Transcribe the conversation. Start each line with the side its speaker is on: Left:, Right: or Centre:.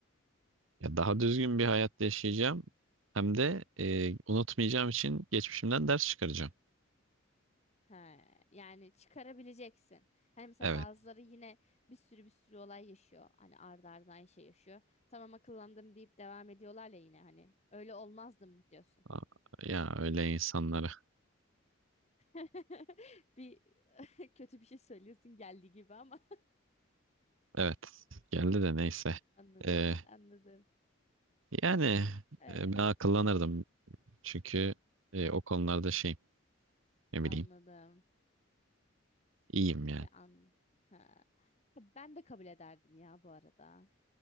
Right: Ya daha düzgün bir hayat yaşayacağım. Hem de e, unutmayacağım için geçmişimden ders çıkaracağım.
Left: Ha, yani çıkarabileceksin. Hani mesela
Right: Evet.
Left: bazıları yine bir sürü bir sürü olay yaşıyor. Hani ardı ardına aynı şey yaşıyor. Tamam akıllandım deyip devam ediyorlar ya yine hani. Öyle olmazdım mı diyorsun?
Right: Aa, Ya öyle insanları.
Left: <laughs> Bir <laughs> kötü bir şey söylüyorsun geldiği gibi ama.
Right: Evet. Geldi de neyse.
Left: <laughs> Anladım.
Right: Ee,
Left: Anladım.
Right: Yani
Left: Ee,
Right: e, ben akıllanırdım. Çünkü e, o konularda şey ne
Left: anladım.
Right: bileyim iyiyim yani.
Left: Ha, An ha. Ben de kabul ederdim ya bu arada.